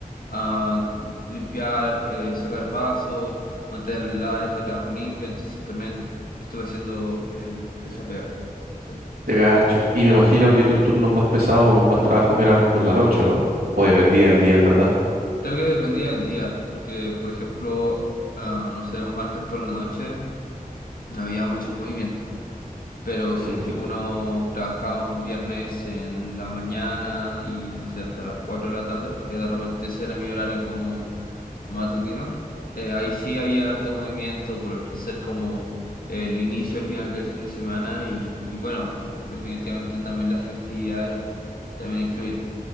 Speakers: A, on the left; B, on the right.
A: a limpiar, eh, sacar vasos, mantener las áreas de trabajo limpias, entonces también estuve haciendo em, esa pega. Sí.
B: Te gacho. Y me imagino que tus turnos más pesados o con más trabajos eran por la noche, ¿o ¿no? O dependía del día, en verdad.
A: Creo que dependía del día, porque por ejemplo, ah, no sé, un martes por la noche no había mucho movimiento, pero si
B: Mm,
A: es que
B: te-
A: uno trabajaba un viernes en la mañana y no sé, hasta las 4 de la tarde, que de repente ese era mi horario como matutino, eh, ahí sí había harto movimiento por ser como el inicio al final del fin de semana y, y bueno, o- definitivamente también las festividades también influyen.